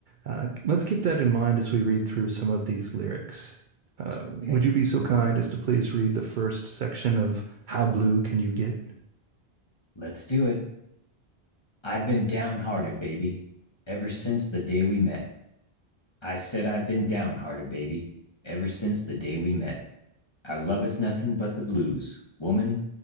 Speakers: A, on the right; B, on the left.
A: Uh, let's keep that in mind as we read through some of these lyrics. Uh, would
B: Okay.
A: you be so kind as to please read the first section of How Blue Can You Get?
B: Let's do it. I've been downhearted, baby, ever since the day we met. I said I've been downhearted, baby, ever since the day we met. Our love is nothing but the blues. Woman,